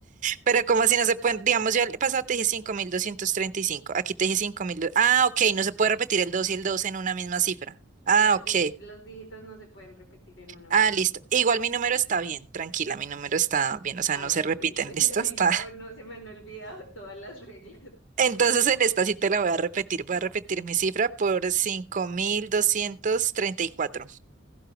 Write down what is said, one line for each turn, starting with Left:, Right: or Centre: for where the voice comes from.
Right: Pero como así no se pueden, digamos, yo el pasado te dije 5.235. aquí te dije 5.000. Ah, ok, no se puede repetir el 2 y el 2 en una misma cifra.
Left: Las
Right: Ah, ok.
Left: dije, los dígitos no se pueden repetir en una
Right: Ah,
Left: misma
Right: listo.
Left: cifra.
Right: Igual mi número está bien, tranquila, mi número está bien, o sea,
Left: Ah,
Right: no
Left: bueno,
Right: se repiten,
Left: listo.
Right: ¿listo?
Left: <laughs> Yo dije,
Right: Está.
Left: oh, no, se me han olvidado todas las reglas. <laughs>
Right: <laughs> Entonces en esta sí te la voy a repetir, voy a repetir mi cifra por 5.234.